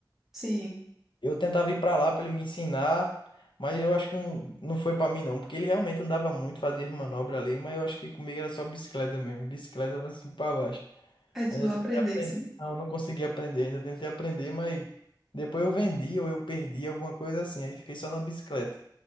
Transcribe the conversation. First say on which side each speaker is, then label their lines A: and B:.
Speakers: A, in the centre; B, on the left.
A: Sim,
B: Eu tentava ir pra lá pra ele me ensinar, mas eu acho que não, não foi pra mim não, porque ele realmente andava muito, fazia as manobras ali, mas eu acho que comigo era só bicicleta mesmo, bicicleta assim pra baixo.
A: aí tu
B: Ainda
A: não
B: tentei
A: aprendesse.
B: aprender, não, não consegui aprender, ainda tentei aprender, mas depois eu vendi ou eu perdi alguma coisa assim, aí fiquei só na bicicleta.